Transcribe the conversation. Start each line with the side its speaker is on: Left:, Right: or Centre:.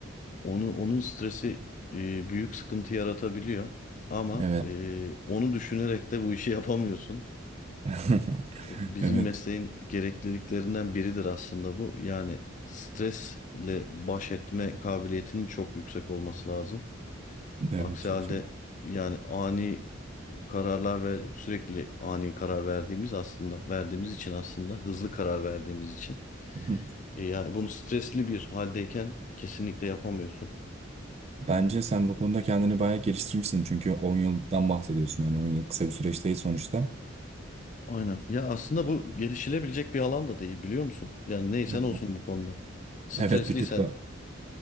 Left: onu onun stresi e, büyük sıkıntı yaratabiliyor. Ama
Right: Evet.
Left: e, onu düşünerek de bu işi <laughs> yapamıyorsun.
Right: <laughs>
Left: Bizim
Right: Evet.
Left: mesleğin gerekliliklerinden biridir aslında bu. Yani stresle baş etme kabiliyetinin çok yüksek olması lazım.
Right: Evet
Left: Aksi
Right: çok
Left: halde
Right: iyi.
Left: yani ani kararlar ve sürekli ani karar verdiğimiz aslında verdiğimiz için aslında hızlı karar verdiğimiz için
Right: Hı
Left: E yani bunu stresli bir haldeyken kesinlikle yapamıyorsun.
Right: Bence sen bu konuda kendini bayağı geliştirmişsin. Çünkü 10 yıldan bahsediyorsun. Yani 10 yıl kısa bir süreç değil sonuçta.
Left: Aynen. Ya aslında bu gelişilebilecek bir alan da değil biliyor musun? Yani neysen
Right: Hı.
Left: olsun bu konuda. Stresliysen
Right: Evet bir tık da